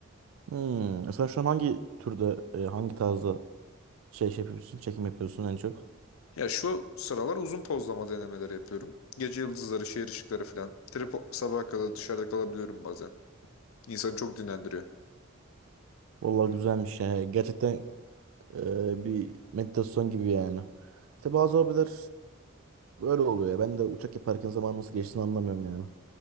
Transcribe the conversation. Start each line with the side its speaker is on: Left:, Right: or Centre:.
Right: Hmm. e Sen şu an hangi türde, e, hangi tarzda şey, şey yapıyorsun, çekim yapıyorsun en çok?
Left: Ya şu sıralar uzun pozlama denemeleri yapıyorum. Gece yıldızları, şehir ışıkları falan. Tripod sabaha kadar dışarıda kalabiliyorum bazen. İnsanı çok dinlendiriyor.
Right: Vallahi güzelmiş yani. Gerçekten e, bir meditasyon gibi yani. İşte bazı hobiler böyle oluyor ya. Ben de uçak yaparken zaman nasıl geçtiğini anlamıyorum yani.